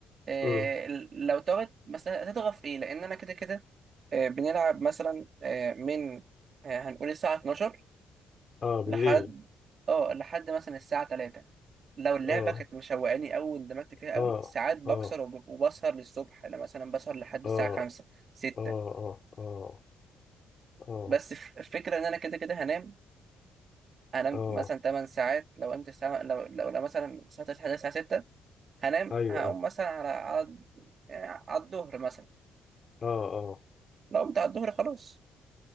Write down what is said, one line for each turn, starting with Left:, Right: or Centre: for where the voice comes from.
Right: آه
Left: امم
Right: ال- لو تغط مثلا هتضغط في ايه لان انا كده كده آه بنلعب مثلا آه من آه هنقول الساعه 12
Left: اه بالليل
Right: لحد اه لحد مثلا الساعه 3 لو اللعبه
Left: اه
Right: كانت مشوقاني قوي واندمجت فيها قوي
Left: اه
Right: ساعات بكسر
Left: اه
Right: وب- وبسهر للصبح انا مثلا بسهر لحد
Left: اه
Right: الساعه 5 6
Left: اه اه اه اه اه
Right: بس الف- الفكره ان انا كده كده هنام هنام
Left: آه.
Right: مثلا 8 ساعات لو قمت الساعة لو لو, لو مثلا الساعة 9 لحد الساعة 6 هنام
Left: ايوه
Right: هقوم مثلا على على يعني على الظهر مثلا
Left: اه اه
Right: لو قمت على الظهر خلاص